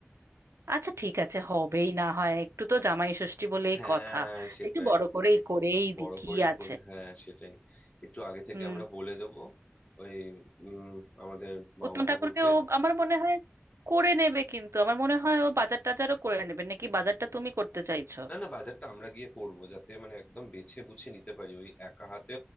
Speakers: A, on the right; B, on the left.
A: আচ্ছা ঠিক আছে হবেই না হয় একটু তো জামাই ষষ্ঠী বলেই
B: হ্যাঁ
A: কথা
B: সেটাই
A: একটু বড় করেই করেই
B: বড়
A: দি কি
B: করেই
A: আছে
B: করে হ্যাঁ সেটাই একটু আগে থেকে
A: হুম
B: আমরা বলে দেব ওই উম আমাদের বাউন
A: উত্তম
B: ঠাকুরকে
A: ঠাকুরকে ও আমার মনে হয় করে নেবে কিন্তু আমার মনে হয় ও বাজার টাজারও করে নেবে নাকি বাজারটা তুমি করতে চাইছো
B: না না বাজারটা আমরা গিয়ে করব যাতে মানে একদম বেছে বুছে নিতে পারি ওই একা হাতে